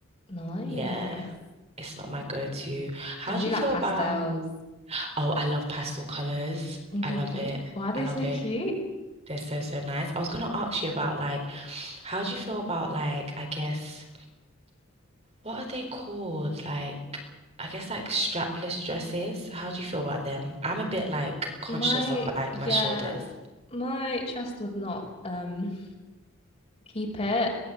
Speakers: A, on the left; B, on the right.
A: Nice.
B: yeah, it's not my go-to. How
A: I really
B: do you
A: like
B: feel
A: pastels.
B: about, oh, I love pastel colors.
A: Mm-hmm.
B: I love it.
A: Why are they
B: I love
A: so
B: it.
A: cute?
B: They're so, so nice. I was gonna ask you about like, how do you feel about like, I guess What are they called? Like, I guess like strapless dresses. How do you feel about them? I'm a bit like conscious
A: My
B: of like
A: yeah,
B: my shoulders.
A: my chest would not um <laughs> keep it.